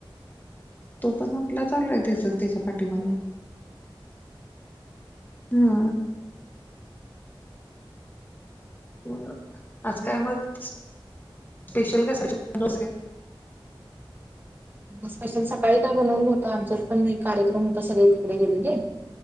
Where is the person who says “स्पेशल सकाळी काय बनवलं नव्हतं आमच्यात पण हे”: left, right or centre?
Right